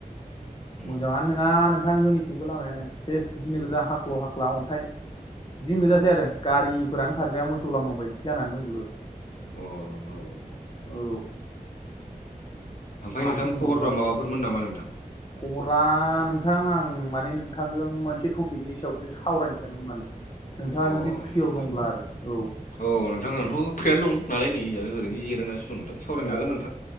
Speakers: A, on the left; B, on the left.
A: उम
B: मोजाङानो नङा नोंथां जोंनिथिंबो लामायानो चस बिदिनो
A: औ
B: गोजा हाख्ल' हाख्ला अन्थाइ बिदिनो
A: औ
B: गोजासै
A: औ
B: आरो गारिफोरानो
A: औ
B: खारजाया मोसौ लामा बायदि जानानै दंजोबो
A: अ औ
B: औ
A: ओमफ्राय
B: माथो
A: नोंथां
B: होनबावनो
A: खबरफ्रा
B: आरो
A: माबाफोरमोन नामा नोंथां
B: खबरा नोंथां आं माने नोंथांजों मोनसे टपिकनि सायावसो सावरायनो सानोदों माने नोंथाङा
A: अ
B: जुदि फुयाव
A: नोंथां
B: दंब्ला आरो औ
A: अ नोंथांथ' फ्रियानो दं नालाय नै ओरैनो जिरायोनाो दं नोंथां
B: औ
A: सावरायनो हागोन नोंथां